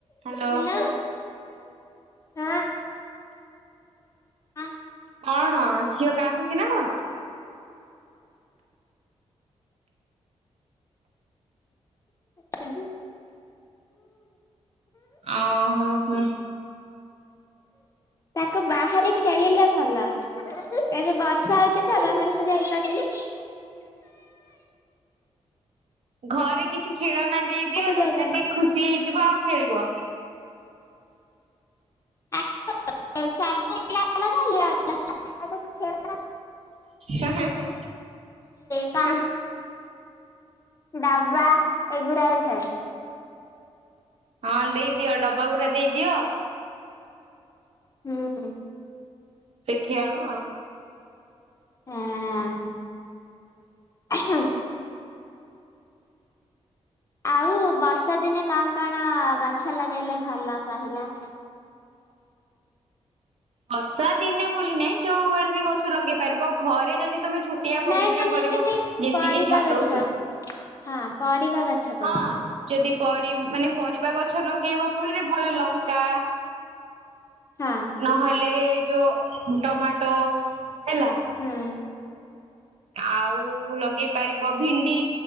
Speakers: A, on the right (about 70°); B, on the left (about 30°).
A: Hello.
B: Hello ହଁ। ହଁ।
A: କଣ ଝିଅ କାନ୍ଦୁଛି ନା କଣ?
B: ଛ
A: ଓ ହୋ ହୋ।
B: ତାକୁ ବାହି ଖେଳିଲେ ଭଲ ଏବେ ବର୍ଷା ହଉଛି ତ। ତ ଯ ଆଇପାରି
A: ଘରେ କିଛି ଖେଳ ନାହାନ୍ତି। ଦେଇଦିଅ
B: ବାହାରକୁ
A: ଯୋଉଥିରେ
B: ଯାଇପାରୁନି।
A: ସେ ଖୁସି ହେଇଯିବ ଆଉ ଖେଳିବ
B: <inaudible>
A: ହଁ ହ ହ।
B: ତା ଡବାା ଏଗୁରାଇ ସ
A: ହଁ ଦେଇଦିଅ ଡବା ଗୁରା ଦେଇଦିଅ
B: ହୁଁ।
A: ସେ ଖେଳୁ ଆଉ।
B: ହଁ। ଆଉ ବର୍ଷା ଦିନେ କଣ କଣ ଗଛ ଲଗେଇଲେ ଭଲ କହିଲା।
A: ବର୍ଷା ଦିନେ ବୋଲିୁ ନହିଁ ଯୋଉ ବଳେ ବି ଗଛ ଲଗେଇ ପାରିବ ଘରେ ଯଦି ତମେ ଛୋଟିଆ ବଗିଚା
B: ନାଇଁ ମାନେ
A: କରିବ
B: ଏମିତି
A: ଯେମିତି
B: ପରିବା
A: କିି ଛାତ
B: ଗଛ
A: ଉପରେ
B: ହଁ ପରିବା ଗଛ କହୁଛି।
A: ହଁ ଯଦି ପର ମାନେ ପରିବା ଗଛ ଲଗେଇବ କହିଲେ ଭଲ। ଶ୍ରୀଲଙ୍କା।
B: ହଁ।
A: ନହେଲେ ଯୋଉ ଟମାଟୋ ହେଲା।
B: ହୁଁ
A: ଆଉ ଲଗେଇ ପାରିବ ଭିଣ୍ଡି